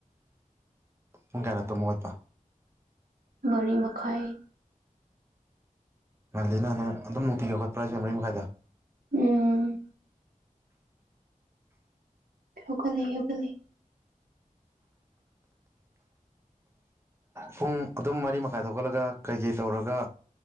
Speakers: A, on the right; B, on the right.
A: ꯄꯨꯡ ꯀꯌꯥꯗ ꯇꯨꯝ ꯍꯧꯒꯠꯄ
B: ꯃꯔꯤ ꯃꯈꯥꯏ
A: ꯉꯜꯂꯤꯅꯥ ꯅꯥ ꯑꯗꯨꯝ ꯅꯨꯡꯇꯤꯒꯤ ꯍꯧꯠꯒꯠꯄ꯭ꯔꯥ ꯍꯥꯏꯖ‌‌ꯦ ꯃꯔꯤ ꯃꯈꯥꯏꯗ
B: ꯎꯝ ꯍꯧꯒꯠꯂꯦ ꯍꯧꯒꯠꯂꯦ
A: ꯄꯨꯡ ꯑꯗꯨꯝ ꯃꯔꯤ ꯃꯈꯥꯏꯗ ꯍꯧꯒꯠꯂꯒ ꯀꯩꯀꯩ ꯇꯧꯔꯒ